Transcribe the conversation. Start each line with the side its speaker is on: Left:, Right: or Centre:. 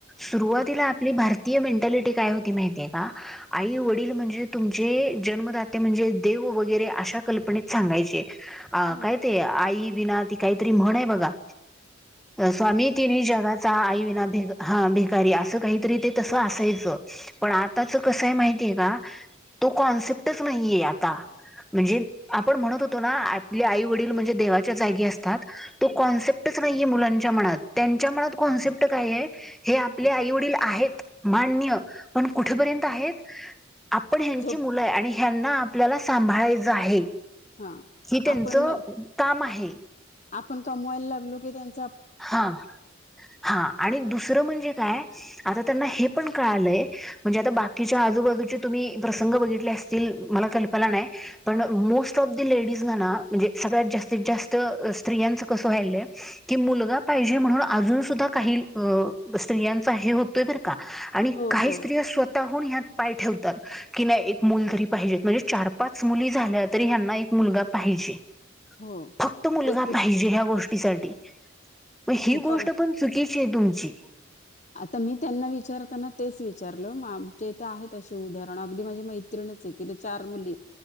Centre: सुरुवातीला
Left: हम्म
Centre: आपली भारती ती मेंटलिटी काय होती माहिती आहे का आई वडील वडील म्हणजे तुमचे जन्मदाते म्हणजे देव वगैरे अशा कल्पनेत सांगायचे. अ
Left: हो
Centre: कायते आई विना ती काहीतरी म्हण आहे बघा. स्वामी तिन्ही जगाचा आई विना भ हा भिकारी असं काहीतरी ते तस असायचं पण आताच कसंय माहितीय का तो कॉन्सेप्टच नाही आहे आता म्हणजे
Left: हम्म
Centre: आपण म्हणत होतो. तो ना आपली आई वडील म्हणजे देवाच्या जागी असत. तो
Left: हम्म
Centre: कॉन्सेप्टच नाही मुलांच्या त मनात त्यांचा मनात कॉन्सेप्ट काय आहे. हे आपले
Left: हम्म
Centre: आईवडील आहेत. मान्य पण कुठेपर्यंत
Left: हम्म
Centre: आहेत आपण ह्यांची
Left: झोप
Centre: मुलं आहे आणि ह्यांना आपल्याला सांभाळायचं आहे
Left: हा
Centre: हि त्यांचं
Left: आपण
Centre: काम आहे
Left: आपण का मोईलला लागलो की त्यां
Centre: हा हा आणि दुसरं म्हणजे काय आता त्यांना हे पण कळालंय म्हणजे आता
Left: हम्म
Centre: बाकीच्या आजूबाजू तुम्ही प्रसंग बघित अस म कल्प नाही पण मोस्ट ऑफ ण सततत्रयां कस व्हाय की मुलगा पाहिजे म्हणून अजून सुद्धा काही स्त्रियांचा हे हो बर का आणि
Left: हो
Centre: काही
Left: हो
Centre: स्त्री हून ह्यात पाय ठेवतात की नाही एक मुल तरी पाहिजेत म्हणजे चार पाच मुली झाल्या तरी ह्यांना एक मुलगा पाहिजे
Left: हो
Centre: फक्त मुलगा
Left: ते खूप
Centre: पाहिजे ह्या गोष्टीसाठी मग ही
Left: खरं
Centre: गोष्ट पण चुकी किची तुमची
Left: आता मी त्यांना विचारताना तेच विचारलं आमचे ते आहेत असे उदाहरण अगदी माझी मैत्रिणच आहे तिला चार मुली